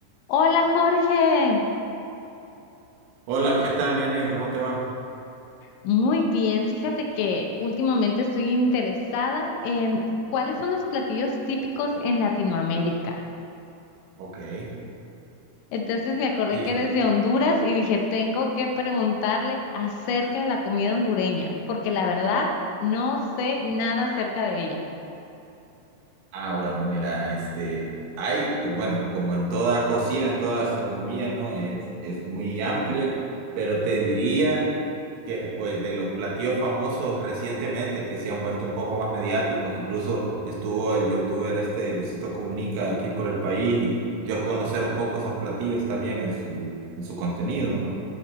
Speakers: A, on the left; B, on the right.
A: Hola Jorge,
B: Hola, ¿qué tal? Bien ahí, ¿cómo te va?
A: muy bien. Fíjate que últimamente estoy interesada en cuáles son los platillos típicos en Latinoamérica.
B: Ok.
A: Entonces me acordé
B: Y,
A: que
B: eh,
A: eres de Honduras y dije, tengo que preguntarle acerca de la comida hondureña, porque la verdad no sé nada acerca de ella.
B: ah, bueno, mira, este, hay, pues, bueno, como en toda cocina, en toda gastronomía, ¿no? Es, es muy amplia, pero te diría que, pues, de los platillos famosos recientemente que se han vuelto un poco más mediáticos, incluso estuvo el youtuber este Luisito Comunica aquí por el país y dio a conocer un poco esos platillos también en su, en su contenido, ¿no?